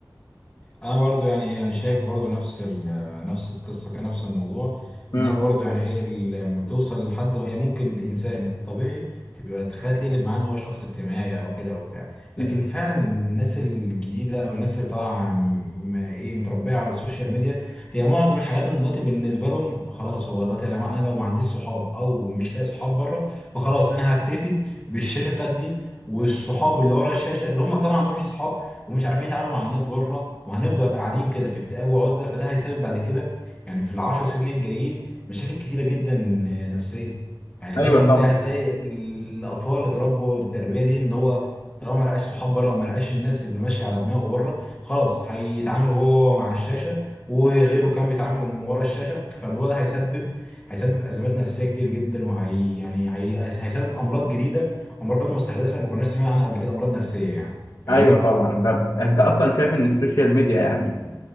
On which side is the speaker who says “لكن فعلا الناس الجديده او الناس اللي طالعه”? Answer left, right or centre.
Left